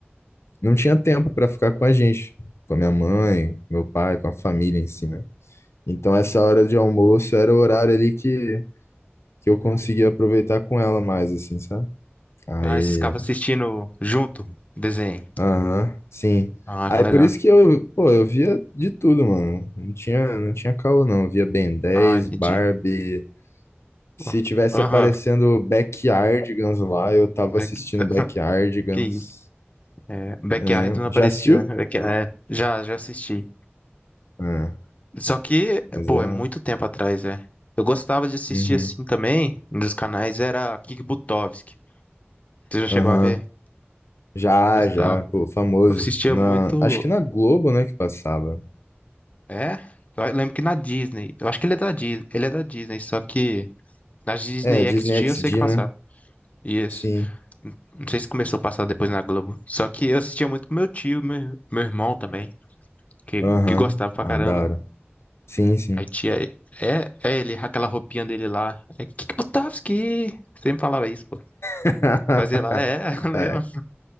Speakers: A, on the left; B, on the left.
A: não tinha tempo para ficar com a gente, com a minha mãe, com meu pai, com a família em si, né? Então essa hora de almoço era o horário ali que, que eu conseguia aproveitar com ela mais, assim, sabe? Aí,
B: Ah, esses caras assistindo junto, desenho.
A: aham, sim.
B: Ah,
A: Aí
B: que legal.
A: por isso que eu, pô, eu via de tudo, mano. Não tinha, não tinha caô, não. Eu via Ben dez,
B: Ah, entendi.
A: Barbie.
B: Oh,
A: Se tivesse
B: Aham,
A: aparecendo Backyardigans lá, eu tava
B: back...
A: assistindo
B: <laughs>
A: Backyardigans.
B: que isso. É, Backyard
A: É,
B: não aparecia.
A: já assistiu?
B: né? Back... É, já, já assisti.
A: É,
B: Só que,
A: mas
B: pô,
A: é.
B: é muito tempo atrás, é. Eu gostava de assistir
A: Uhum.
B: assim também, nos canais, era Kik Butovski. Você já chegou
A: Aham.
B: a ver?
A: Já,
B: Eu gostava.
A: já, pô, famoso.
B: Eu assistia
A: Na,
B: muito.
A: acho que na Globo, né, que passava.
B: É? Eu lembro que na Disney. Eu acho que ele é da Disney. Ele é da Disney, só que na Disney
A: É, Disney
B: XD
A: X
B: eu sei
A: D
B: que passava.
A: né?
B: Isso.
A: Sim.
B: Não sei se começou a passar depois na Globo. Só que eu assistia muito com meu tio, meu, meu irmão também, que,
A: Aham.
B: que gostava pra
A: Ah,
B: caramba.
A: da hora. Sim, sim.
B: Aí tinha. É, é ele, aquela roupinha dele lá. É Kikbutovski! Sempre falava isso, pô.
A: <laughs>
B: Fazia lá, é, <laughs> lembra?
A: É,